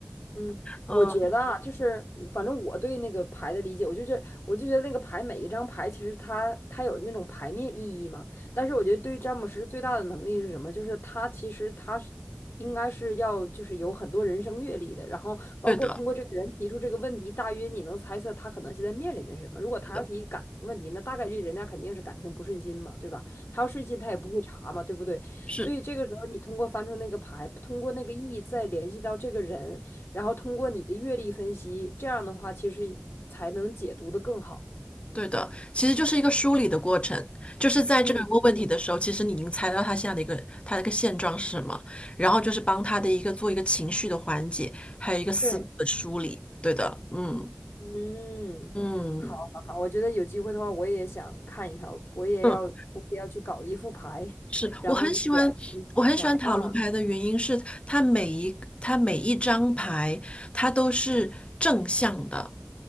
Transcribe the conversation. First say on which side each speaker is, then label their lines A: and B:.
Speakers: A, on the left; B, on the left.
A: 嗯，
B: 嗯，
A: 我觉得啊，就是反正我对那个牌的理解，我就觉我就觉得那个牌每一张牌其实它它有那种牌面意义嘛。但是我觉得对于詹姆斯最大的能力是什么？就是他其实他是应该是要就是有很多人生阅历的，然后包括通过这个人提出这个问题，
B: 对的，
A: 大约你能猜测他可能现在面临的是什么。如果他要提感情问题，
B: 是的，
A: 那大概率人家肯定是感情不顺心嘛，对吧？他要顺心，他也不会查嘛，对不对？
B: 是
A: 所以这个时候你通过翻出那个牌，通过那个意义再联系到这个人。然后通过你的阅历分析，这样的话其实才能解读的更好。
B: 对的。其实就是一个梳理的过程，就是在这个人问问题的时候，
A: 嗯嗯，
B: 其实你已经猜到他现在的一个他的一个现状是什么，然后就是帮他的一个做一个情绪的缓解，还有一个思路的梳理。
A: 对，
B: 对的，嗯
A: 嗯，
B: 嗯
A: 好，好，好，我觉得有机会的话，我也想看一看，我也要，
B: 嗯。
A: 我也要去搞一副牌，
B: 是我很喜欢，
A: 然后就了解一下啊，
B: 我很喜欢塔罗牌的原因是，它每一它每一张牌，它都是正向的，